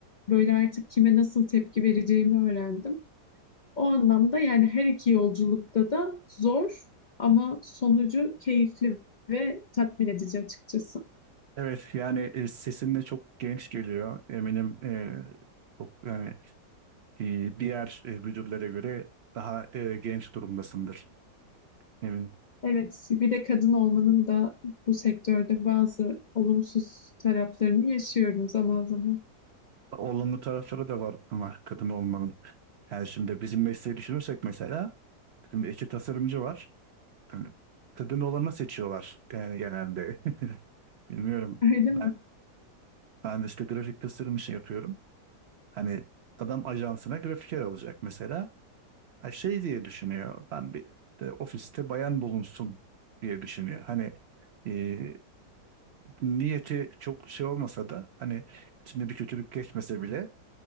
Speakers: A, on the left (about 70°); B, on the right (about 75°).
A: böyle artık kime nasıl tepki vereceğimi öğrendim. O anlamda yani her iki yolculukta da zor ama sonucu keyifli ve tatmin edici açıkçası.
B: Evet yani e, sesin de çok genç geliyor. Eminim e, çok yani e, diğer e, müdürlere göre daha e, genç durumdasındır. Eminim.
A: Evet, bir de kadın olmanın da bu sektörde bazı olumsuz taraflarını yaşıyorum zaman zaman.
B: Olumlu tarafları da var ama kadın olmanın. Yani şimdi bizim mesleği düşünürsek mesela şimdi iki tasarımcı var. Yani Kadın olanı seçiyorlar yani genelde. <laughs> Bilmiyorum.
A: Öyle
B: Ben,
A: mi?
B: ben işte grafik tasarım işi yapıyorum. Hani adam ajansına grafiker alacak mesela. Ha, şey diye düşünüyor. Ben bir e, ofiste bayan bulunsun diye düşünüyor. Hani e, niyeti çok şey olmasa da hani içinde bir kötülük geçmese bile